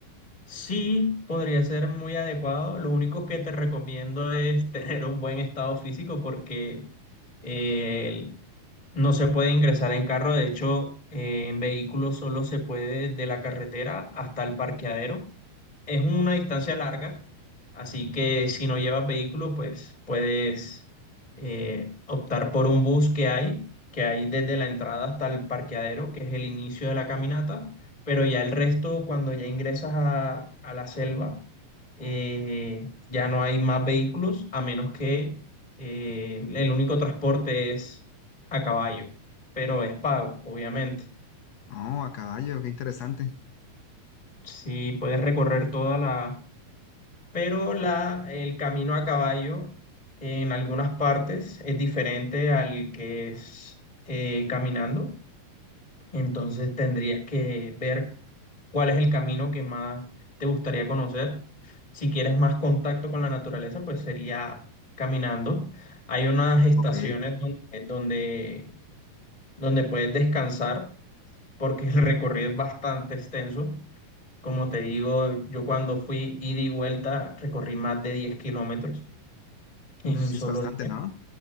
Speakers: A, on the left (about 20°); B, on the left (about 85°).
A: Sí, podría ser muy adecuado. Lo único que te recomiendo es <laughs> tener un buen estado físico porque eh, no se puede ingresar en carro. De hecho, eh, en vehículo solo se puede de la carretera hasta el parqueadero Es una distancia larga, así que si no llevas vehículo, pues puedes eh, optar por un bus que hay, que hay desde la entrada hasta el parqueadero, que es el inicio de la caminata, pero ya el resto, cuando ya ingresas a, a la selva, eh, ya no hay más vehículos, a menos que eh, el único transporte es a caballo, pero es pago, obviamente.
B: Oh, a caballo, qué interesante.
A: Si puedes recorrer toda la pero la, el camino a caballo en algunas partes es diferente al que es eh, caminando. Entonces
B: Ujú.
A: tendrías que ver cuál es el camino que más te gustaría conocer. Si quieres más contacto con la naturaleza, pues sería caminando. Hay unas estaciones
B: Ok,
A: donde, donde, donde puedes descansar porque el recorrido es bastante extenso. Como te digo, yo cuando fui ida y vuelta recorrí más de 10 kilómetros
B: uf,
A: en un
B: sí
A: solo
B: es bastante,
A: día.
B: ¿no?